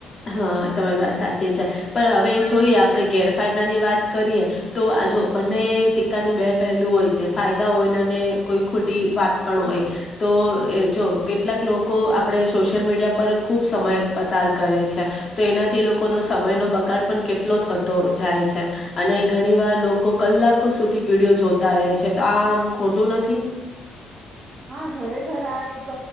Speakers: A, on the left (about 40°); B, on the right (about 35°).
A: હા તમારી વાત સાચી છે. પણ હવે જોઈએ આપડે ગેરફાયદા ની વાત કરીએ તો આ જો બને સિક્કાની બે પહેલું હોય છે ફાયદા હોય ને અને કોઈ ખોટી વાત પણ હોય તો એ જો કેટલાક લોકો આપડે સોશિયલ મીડિયા પર ખૂબ સમય પસાર કરે છે તો એનાથી એ લોકોનો સમયનો બગાડ પણ કેટલો થતો જાય છે અને ઘણી વાર લોકો કલાકો સુધી વિડીયો જોતા રહે છે તો આમ ખોટું નથી.
B: હા ખરેખર આ એક